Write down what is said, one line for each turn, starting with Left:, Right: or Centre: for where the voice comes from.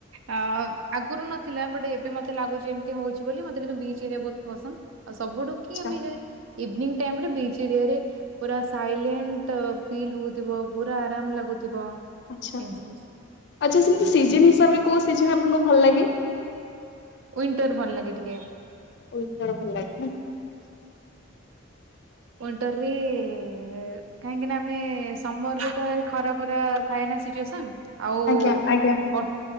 Right: ଅ ଆଗରୁ ନଥିଲା ବଟ୍ ଏବେ ମତେ ଲାଗୁଛି ଏମିତି ହଉଛି ବୋଲି ମ ମତେ କିନ୍ତୁ ବିଚ୍ ଏରିଆ ବହୁତ ପସନ୍ଦ ଆଉ ସବୁଠୁ
Left: ଆଚ୍ଛା
Right: କି ଆମେ ଇଭନିଙ୍ଗ ଟାଇମ୍ ରେ ବିଚ୍ ଏରିଆରେ ପୁରା ସାଇଲେଣ୍ଟ ଫିଲ୍ ହଉଥିବ ପୁରା ଆରାମ ଲାଗୁଥିବ।
Left: ଆଚ୍ଛା
Right: ଏମିତି ସବୁ।
Left: ଆଚ୍ଛା ସେମିତି ସିଜନ ହିସାବରେ କୋଉ ସିଜନ ଆପଣଙ୍କୁ ଭଲ ଲାଗେ।
Right: ୱିଣ୍ଟର ଭଲ ଲାଗେ ଟିକେ।
Left: ୱିଣ୍ଟର ଭଲ ଲାଗେ ନା।
Right: ୱିଣ୍ଟରରେ ଏ କାହିଁକି ନା ଆମେ ସମର୍ ରୁ କହିବା ଖରା ଖରା ଖାଏ ସିଚୁଏସନ୍ ଆଉ
Left: ଆଜ୍ଞା ଆଜ୍ଞା
Right: ବ